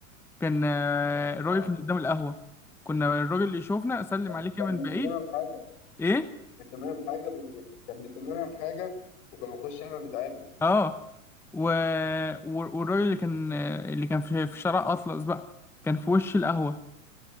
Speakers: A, in the centre; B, on the left.
A: كان آه، الراجل
B: اه
A: كان قدام القهوه كنا الراجل اللي يشوفنا اسلم
B: كان
A: عليك
B: كان
A: يا من
B: بيسيب
A: بعيد
B: لنا الحاجه
A: ايه
B: بيسيب لنا الحاجه كان بيسيب لنا الحاجه وكنا نخش احنا نتعامل
A: اه و... و- والراجل اللي كان آه، اللي كان في في شارع اطلس بقى كان في وش القهوه